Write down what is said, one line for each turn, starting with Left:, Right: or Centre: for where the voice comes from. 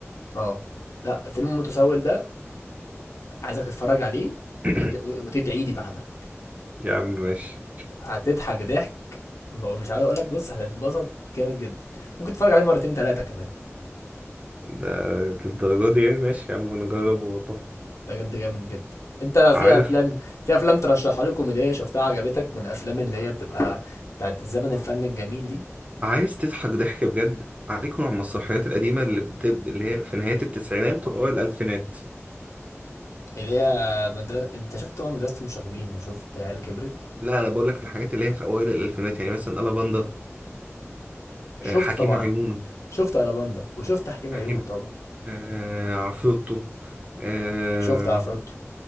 Left: اه لا الفيلم المتسول ده عايزك تتفرج عليه
Right: <coughs>
Left: وتد... وتدعي لي بعدها
Right: يا عم ماشي
Left: هتضحك ضحك ب- مش عايز اقول لك بص هتتبسط جامد جدا ممكن تتفرج عليه مرتين ثلاثه كمان
Right: ده للدرجة دي يعني ماشي يا عم ونجرب والله
Left: بجد جامد جدا انت في
Right: عارف
Left: افلام في افلام ترشحها لي كوميديه شفتها عجبتك من الافلام اللي هي بتبقى بتاعت الزمن الفن الجميل دي
Right: عايز تضحك ضحك بجد عليك نوع من المسرحيات القديمة اللي بتب... اللي هي في نهاية التسعينات وأوائل الألفينات
Left: اللي هي مدرسة انت شفت طبعا مدرسة المشاغبين وشفت عيال كبرت
Right: لا أنا بقول لك الحاجات اللي هي في أوائل الألفينات يعني مثلا ألا باندا
Left: شفت
Right: آه، حكيم
Left: طبعا
Right: عيون
Left: شفت الاباندا وشفت حكيم
Right: حكيم
Left: عيون طبعا
Right: آه عفروتو آه
Left: شفت عفروتو